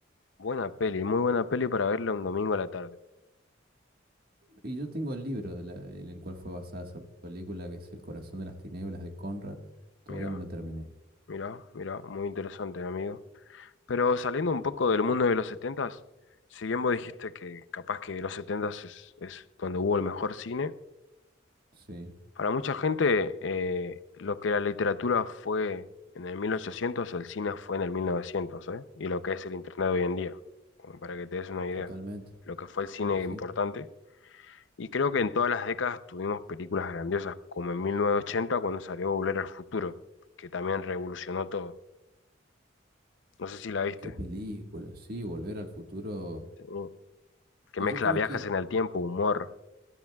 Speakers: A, on the left (about 70°); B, on the right (about 50°).
A: Buena peli, muy buena peli para verla un domingo a la tarde.
B: Y yo tengo el libro de la- en el cual fue basada esa película, que es El corazón de las tinieblas de Conrad, todavía
A: Mira,
B: no lo terminé.
A: mira, mira, muy interesante, amigo. Pero saliendo un poco del mundo de los setentas, si bien vos dijiste que capaz que los setentas es, es donde hubo el mejor cine,
B: Sí,
A: Para mucha gente, eh, lo que la literatura fue en el 1800, el cine fue en el 1900, ¿eh? Y lo que es el Internet hoy en día, como para que te des una idea,
B: totalmente.
A: lo que fue el cine
B: Y sí.
A: importante. Y creo que en todas las décadas tuvimos películas grandiosas, como en 1980 cuando salió Volver al Futuro, que también revolucionó todo. No sé si la viste.
B: Qué película, sí, Volver al Futuro.
A: Sí. Que
B: eh,
A: mezcla
B: Yo creo
A: viajes
B: que,
A: en el tiempo, humor.